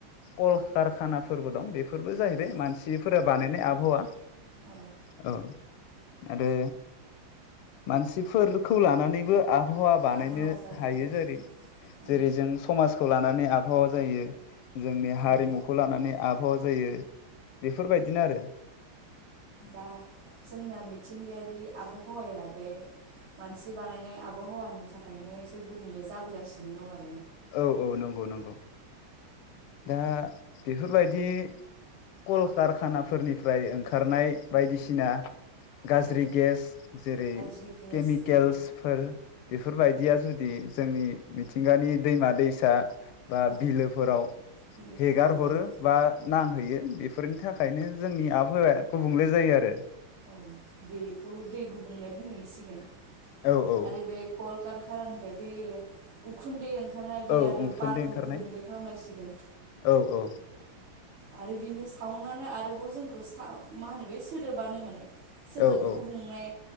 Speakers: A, on the left; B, on the right.
A: कलखारखानाफोरबो दं बे फोरबो जाहैबाय
B: औ
A: मानसिफोरा बानायनाय आबहावा
B: औ
A: औ आरो मानसिफोरखौ लानानैबो आबहावा बानायनो
B: आबहावा जायो
A: हायो
B: औ
A: जेरै
B: ओं
A: जेरै जों समाज खौ लानानै आबहावा जायो जोंनि हारिमुखौ
B: उम
A: लानानै आबहावा जायो बेफोरबायदिनो आरो
B: दा जोंना मिथिंगायारि आबहावाया बे मानसि बानायनाय आबहावानि थाखायनो एसे गुबुंले जाबोगासिनो दं आ
A: औ औ नंगौ नंगौ दा बेफोरबाय दि कलकारखानाफोरनिफ्राय ओंखारनाय बायदिसिना गाज्रि
B: औ
A: गेस जेरै
B: गाज्रि गेस
A: केमिकेल्सफोर
B: औ
A: बेफोरबायदिया जुदि जोंनि मिथिंगानि दैमा दैसा, बा
B: औ
A: बिलोफोराव
B: बेलेफोराव
A: हेगार
B: गोलैयो
A: हरो बा नां होयो बेफोरनि थाखायनो जोंनि आबहावाया गुबुंले जायो आरो।
B: औ बेखौ दै गुबुंनाय बुंहैसिगोन।
A: औ औ
B: आरो बे कलकारखानानि फ्राय बै उखुनदि ओं खार बे
A: औ
B: आरो
A: उखुन्दै
B: बारखौ
A: ओंखारनाय
B: गुबैले खालामलायसिगोन।
A: औ औ
B: आरो बिनि साउन्दानो आरोबाव जोंखौ मा होनो बे सोदोबानो मोन सोदोब
A: औ औ
B: गुबुंनाय